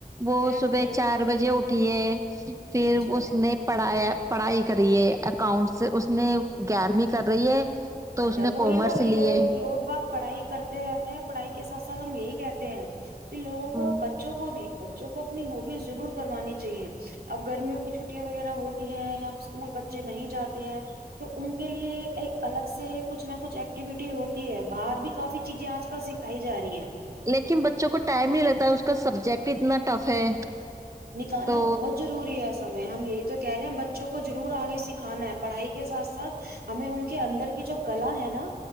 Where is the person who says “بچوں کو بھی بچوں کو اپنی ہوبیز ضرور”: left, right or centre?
Right